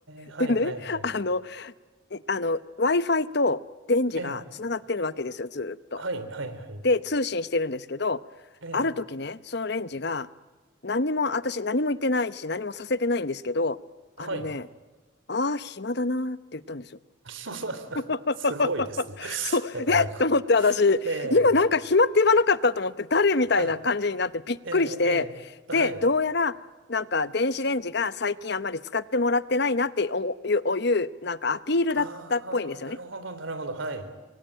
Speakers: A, on the right; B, on the left.
A: えはいはいはい。
B: でね、あの、いあの、Wi-Fi と電磁がつながってるわけですよ、
A: ええ
B: ずーっと。
A: はいはいはい。
B: で、通信してるんですけど、
A: ええ
B: ある時ね、そのレンジが、何にも、私何も言ってないし、何もさせてないんですけど、
A: はい。
B: あのね、ああ、暇だなーって言ったんですよ。
A: <laughs>
B: <laughs>
A: すごいですね。<laughs>
B: そう、
A: なかなか。
B: えっと思って、私、
A: え
B: 今なんか暇って言わなかったと思って、
A: え
B: 誰みたいな感じになってびっくりして、
A: はい。ええええはい。
B: で、どうやら、なんか電子レンジが最近あんまり使ってもらってないなっておいう、おいうなんかアピールだったっぽいんですよね。
A: ああ、なるほど、なるほど。はい。